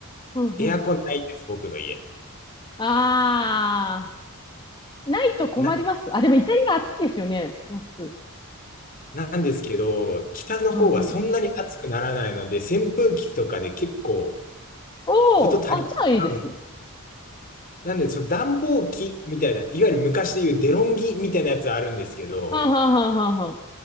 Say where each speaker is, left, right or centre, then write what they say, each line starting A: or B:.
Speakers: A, on the left; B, on the left.
A: うんうん。
B: エアコンないんです、僕の家。
A: ああ、ないと困ります。
B: な
A: あ、でもイタリア暑いですよね、夏。
B: なんですけど、北の方はそんなに暑くならないので、
A: うんうん。
B: 扇風機とかで結構
A: おお、
B: こと足りない。
A: あ、じゃあいいです。
B: なんで、その暖房機みたいな、いわゆる昔で言うデロンギみたいなやつあるんですけど、
A: はんはんはんはんはん。